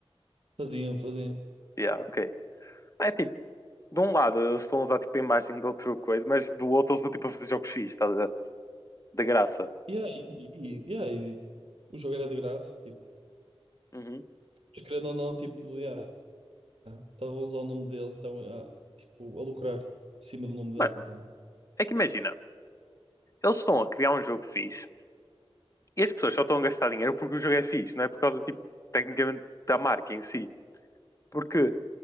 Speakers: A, on the right; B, on the left.
A: Faziam, faziam.
B: Yeah, ok. É tipo, de um lado eles estão a usar tipo a imagem de outra coisa, mas do outro eles estão tipo a fazer jogos fixos, tá? De graça.
A: Yeah, e, e, e- yeah, e o jogo era de graça, tipo,
B: Uhum.
A: mas querendo ou não, tipo, yeah, estavam a usar o nome deles e estavam ah, tipo, a lucrar acima do nome deles,
B: Mano,
A: então.
B: é que imagina. Eles estão a criar um jogo fixe e as pessoas só estão a gastar dinheiro porque o jogo é fixe, não é por causa, tipo, tecnicamente da marca em si. Porque